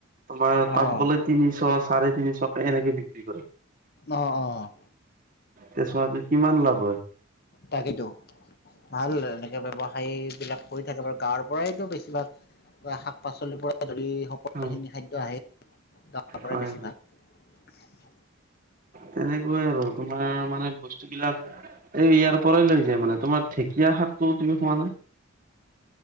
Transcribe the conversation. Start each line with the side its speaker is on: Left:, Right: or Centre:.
Right: তোমাৰ তাত
Left: অ
Right: গ'লে তিনিশ চাৰে তিনিশকে এনেকে বিক্ৰী কৰে।
Left: অ', অ'।
Right: তে চোৱা আজি কিমান লাভ হয়।
Left: তাকেইতো। ভাল এনেকে ব্যৱসায় বিলাক কৰি থাকিব, তাৰ পৰাইতো বেছিভাগ বা শাক পাচলিৰ পৰা ধৰি সকলোখিনি
Right: হয়
Left: খাদ্য আহে। দানাৰ পৰাই
Right: হয়
Left: বেছি
Right: হয়
Left: ভাল।
Right: তেনেকুৱাই আৰু তোমাৰ মানে বস্তু বিলাক এই ইয়াৰ পৰাই লৈ যায় মানে। তোমাৰ ঢেকীয়া শাকটো তুমি খোৱা না?